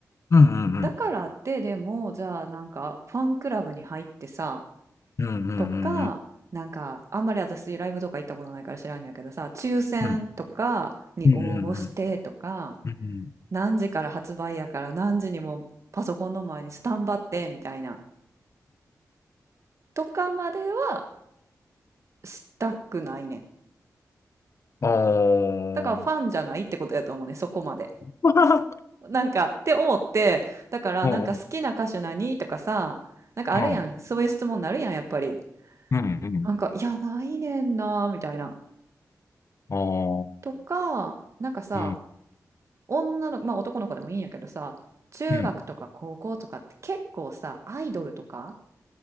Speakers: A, on the left; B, on the right.
A: うんうんうん。
B: だからって、でも、じゃあなんか、ファンクラブに入ってさ、
A: うんうんうんうん。
B: とか、なんか、あんまり私ライブとか行ったことないから知らんやけどさ、抽選とかに応募してとか、
A: うんうんうんうん。うん
B: 何時から発売やから何時にもパソコンの前にスタンバってみたいな、とかまではしたくないねん。
A: あのー。
B: だからファンじゃないってことやと思うね、そこまで。
A: <laughs>
B: なんか、って思って、だからなんか好きな歌手何とかさ、
A: うん
B: なんかあるやん。
A: うんうん。
B: そういう質問になるやん、やっぱり。
A: うんうん。
B: なんか、いや、ないねんな、みたいな。
A: あー。
B: とか、なんかさ、
A: うん
B: 女の子、まあ男の子でもいいんやけどさ、中学とか高校とかって結構さ、
A: うん
B: アイドルとか、